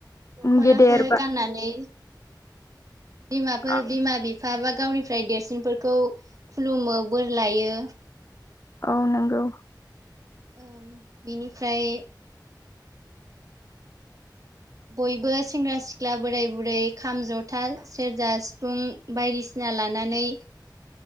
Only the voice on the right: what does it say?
दखनाफोर
गाननानै बिमाफोर
बिमा बिफा बा गावनि ओमफ्राय देरसिनफोरखौ खुलुमो बोर लायो
ओं बेनिफ्राय बयबो सेंग्रा सिख्ला बोराय बुरै खाम जथा सेरजा सिफुं बायदिसिना ला लानानै